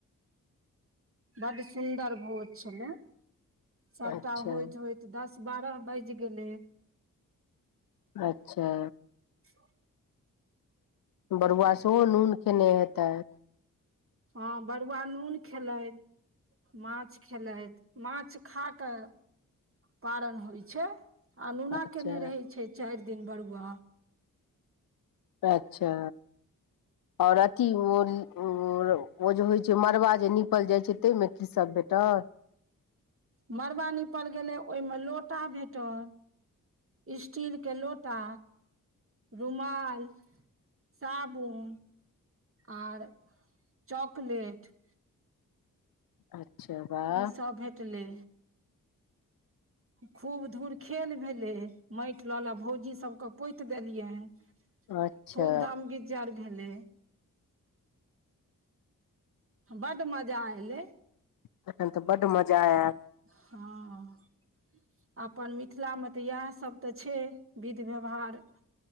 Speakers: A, on the right; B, on the left.
A: बड सुन्दर भोज छलै, सभटा
B: अच्छा
A: होइत होइत दस बारह बाजि गेलै।
B: अच्छा।
A: <unintelligible>
B: बरुआ सेहो नून खेने हेतैत।
A: हँ बरुआ नून खेलैन। माछ खेलैथ, माछ खा क पारन होइ छै। अनोना
B: अच्छा
A: केने रहै छै चारि दिन बरुआ।
B: अच्छा। और अथी ओ जे होइ छै मड़बा जे निप निपल जाइ छै तैमे की सब भेटल?
A: मड़बा निपल गेलै ओहिमे लोटा भेटल। स्टील के लोटा। रुमाल, साबुन। आर चॉकलेट।
B: अच्छा। वाह
A: ईसब भेटलै।
B: <unintelligible>
A: खूब धूर खेल भेलै, माटि ल ल भौजी सबके पोति देलियनि।
B: अच्छा
A: खूब धमगिज्जर भेलै। बड मजा एलै।
B: तखन त बड मजा आयल।
A: हँ। अपन मिथिलामे त यैह सब त छै विधि व्यवहार।